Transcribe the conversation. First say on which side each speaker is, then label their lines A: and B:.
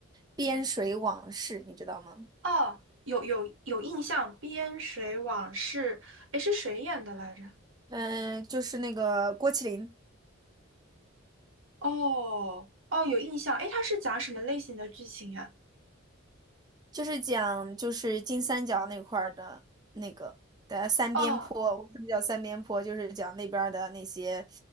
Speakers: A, on the right; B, on the right.
A: 《边水往事》，你知道吗？
B: 哦，有有有印象，《边水往事》，诶，是谁演的来着？
A: 嗯、就是那个郭麒麟。
B: 哦哦，有印象，诶，它是讲什么类型的剧情呀？
A: 就是讲就是金三角那块儿的那个的三边坡，
B: 哦，
A: 我们叫三边坡，就是讲那边儿的那些